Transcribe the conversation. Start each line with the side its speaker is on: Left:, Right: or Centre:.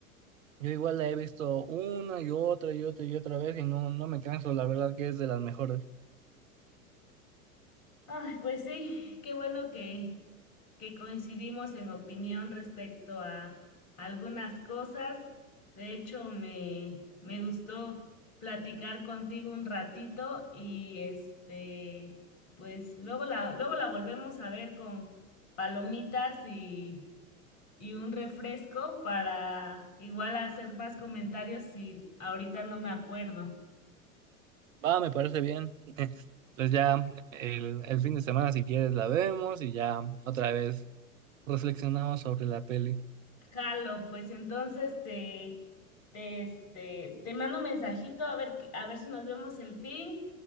Right: yo igual la he visto una y otra y otra y otra vez y no, no me canso, la verdad que es de las mejores.
Left: Ay, pues sí, qué bueno que, que coincidimos en opinión respecto a algunas cosas. De hecho, me, me gustó platicar contigo un ratito y este, pues luego la, luego la volvemos a ver con palomitas y, y un refresco para igual hacer más comentarios si ahorita no me acuerdo.
Right: Va, me parece bien. <laughs> Entonces ya el, el fin de semana, si quieres, la vemos y ya otra vez reflexionamos sobre la peli.
Left: Jalo, pues entonces te, te, este, te mando un mensajito a ver, que- a ver si nos vemos el fin